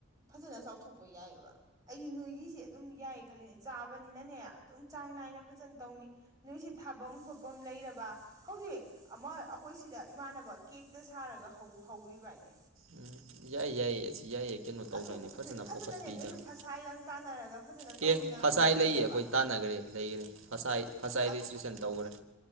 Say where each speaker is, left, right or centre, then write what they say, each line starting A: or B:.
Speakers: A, on the right; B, on the right.
A: ꯐꯖꯅ ꯆꯥꯎꯊꯣꯛꯄ ꯌꯥꯏꯑꯕ ꯑꯩ ꯅꯣꯏꯒꯤꯁꯦ ꯑꯗꯨꯝ ꯌꯥꯏꯌꯦ ꯈꯜꯂꯤꯅꯦ ꯆꯥꯕꯅꯤꯅꯅꯦ ꯑꯗꯨꯝ ꯆꯥꯡ ꯅꯥꯏꯅ ꯐꯖꯅ ꯇꯧꯅꯤ ꯅꯣꯏꯁꯤ ꯊꯥꯐꯝ ꯈꯣꯠꯐꯝ ꯂꯩꯔꯕ ꯍꯧꯖꯤꯛ ꯑꯃ ꯑꯩꯈꯣꯏ ꯁꯤꯗ ꯏꯃꯥꯟꯅꯕ ꯀꯦꯛꯇ ꯁꯥꯔꯒ ꯍꯧꯔꯤꯕꯅꯦ
B: ꯎꯝ ꯌꯥꯏ ꯌꯥꯏ ꯌꯥꯏ ꯀꯩꯅꯣ ꯇꯧꯗꯣꯏꯅꯤ
A: ꯑꯗꯣ
B: ꯐꯖꯅ
A: ꯅꯣꯏ ꯐꯖꯅꯅꯦ
B: ꯐꯣꯀꯁ ꯄꯤꯗꯣꯏꯅꯤ
A: ꯅꯣꯏꯗꯣ ꯐꯁꯥꯏꯒ ꯇꯥꯟꯅꯔꯒ ꯐꯖꯅ ꯇꯧꯕꯤꯅꯉꯥꯏ
B: ꯀꯦ ꯐꯁꯥꯏ
A: ꯃꯤ ꯂꯩꯔꯕ
B: ꯂꯩꯌꯦ ꯑꯩꯈꯣꯏ ꯇꯥꯟꯅꯈ꯭ꯔꯦ ꯂꯩꯈ꯭ꯔꯦ ꯐꯁꯥꯏ ꯐꯁꯥꯏ
A: ꯎꯝ
B: ꯔꯦꯖꯤꯁꯇ꯭ꯔꯦꯁꯟ ꯇꯧꯈ꯭ꯔꯦ